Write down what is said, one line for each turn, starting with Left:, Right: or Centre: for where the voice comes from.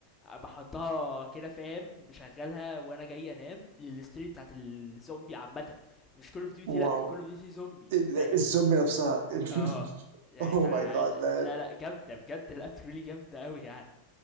Left: آه، بحطها كده فاهم بشغلها وانا جاي انام للستوري بتاعت الزومبي عامة مش كول اوف ديوتي
Right: واو
Left: لا كول اوف ديوتي زومبيز
Right: ال-
Left: فاهم
Right: الزومبي نفسها <laughs>
Left: اه يعني
Right: اوه
Left: ف
Right: ماي جاد مان
Left: لا لا جامدة بجد لا تريلي جامدة قوي يعني